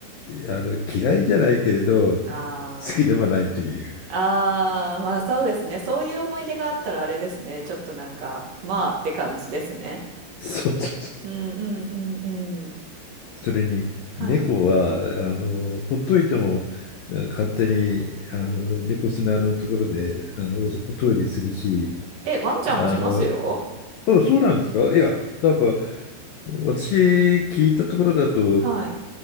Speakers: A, on the left; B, on the right.
A: あの、嫌いじゃないけれど、好
B: あ
A: きでもないという。
B: あ、ああ、まあそうですね。そういう思い出があったらあれですね。ちょっとなんか、まあって感じですね。
A: そうそうそう。
B: うんうんうんうん。
A: それに猫はあのほっといてもあ勝手にあの猫砂のところであのおおトイレするし
B: はい。うんうんえ、ワンちゃんもしますよ。
A: あのあそうなんですかいやなんか私聞いたところだとあ
B: はい。